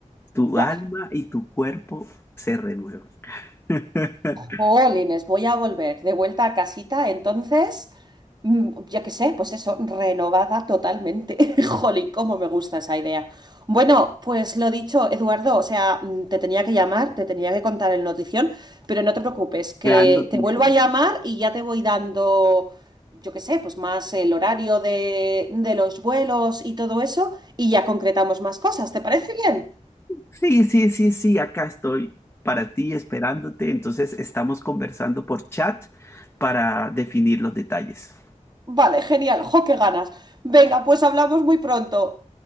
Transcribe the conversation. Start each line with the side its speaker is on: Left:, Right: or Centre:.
Left: tu
Right: Buah.
Left: alma y tu cuerpo se renuevan. <laughs>
Right: Jolines, voy a volver de vuelta a casita, entonces. Mm, Yo qué sé, pues eso, renovada totalmente. <laughs> Jolín, cómo me gusta esa idea. Bueno, pues lo dicho, Eduardo, o sea, mm, te tenía que llamar, te tenía que contar el notición, pero no te preocupes, que
Left: Gran noticia.
Right: te vuelvo a llamar y ya te voy dando, yo qué sé, pues más el horario de, de los vuelos y todo eso, y ya concretamos más cosas, ¿te parece bien?
Left: Sí, sí, sí, sí, acá estoy para ti esperándote, entonces estamos conversando por chat para definir los detalles.
Right: Vale, genial, jo, qué ganas. Venga, pues hablamos muy pronto.